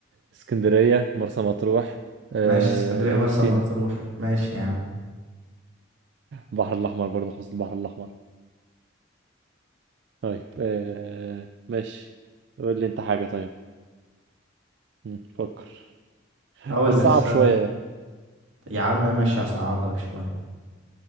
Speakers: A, on the right; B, on the right.
A: اسكندرية مرسى مطروح آه،
B: ماشي اسكندرية
A: جنوب
B: مرسى
A: سيناء
B: مطروح ماشي يا عم
A: البحر الأحمر برضه حوض البحر الأحمر طيب آه، ماشي قول لي أنت حاجة طيب مم، فكر
B: هقول
A: بس
B: لك
A: صعب
B: استنى
A: شوية يعني
B: يا عم ماشي هصعب لك شوية